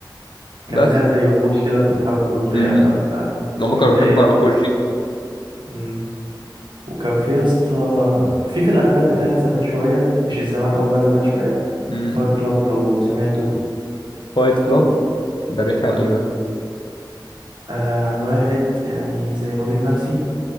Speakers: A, on the right; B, on the left.
A: كان
B: بس
A: لها زي وحوش كده بتتحول وبتاع
B: امم
A: فانت
B: هم
A: كانت
B: كانوا بيحبوا
A: ايام
B: على
A: والله
B: الوحوش دي
A: امم وكان في يا اسطى في في الافلام بتاعت زمان شويه مش الزمان او بقى زمان شويه
B: امم
A: فايت كلاب لو سمعته
B: فايت كلاب ده بيحكي عن إيه ده
A: آه عن واحد يعني زي مريض نفسي